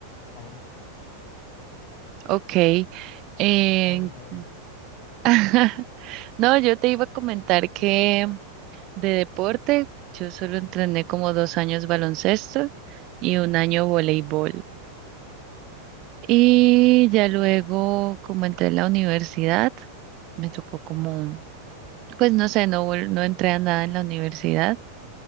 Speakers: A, on the left; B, on the right.
A: ahí,
B: ok, en-
A: no dime, dime.
B: <laughs> no, yo te iba a comentar que de deporte yo solo entrené como dos años baloncesto y un año voleibol. Y ya luego, como entré en la universidad, me tocó como pues no sé, no, vol- no entré a nada en la universidad